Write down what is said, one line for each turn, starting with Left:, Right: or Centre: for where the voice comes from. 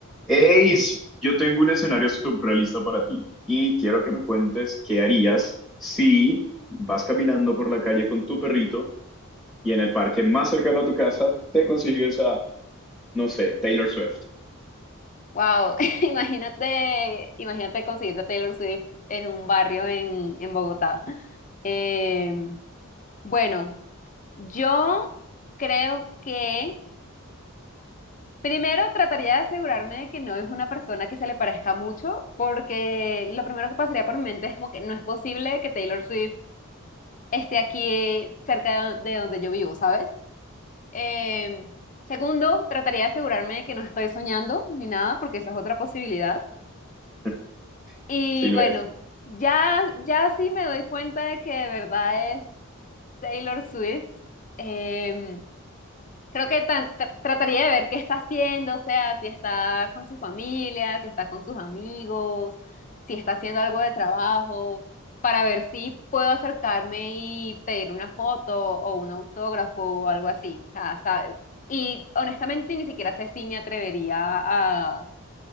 Centre: Eis, yo tengo un escenario surrealista para ti y quiero que me cuentes qué harías si vas caminando por la calle con tu perrito y en el parque más cercano a tu casa te consigues a, no sé, Taylor Swift.
Left: Wow, <laughs> imagínate, imagínate conseguirte a Taylor Swift en un barrio en, en Bogotá. Eh, bueno, yo creo que primero trataría de asegurarme de que no es una persona que se le parezca mucho, porque lo primero que pasaría por mi mente es como que no es posible que Taylor Swift esté aquí eh, cerca de de donde yo vivo, ¿sabes? Eh, segundo, trataría de asegurarme de que no estoy soñando ni nada, porque esa es otra posibilidad.
Centre: <laughs>
Left: Y
Centre: Si lo
Left: bueno,
Centre: es,
Left: ya, ya sí me doy cuenta de que de verdad es Taylor Swift. Em, creo que tan- tra- trataría de ver qué está haciendo, o sea, si está con su familia, si está con sus amigos, si está haciendo algo de trabajo, para ver si puedo acercarme y pedirle una foto o un autógrafo o algo así. O sea, sabe- Y honestamente ni siquiera sé si me atrevería a,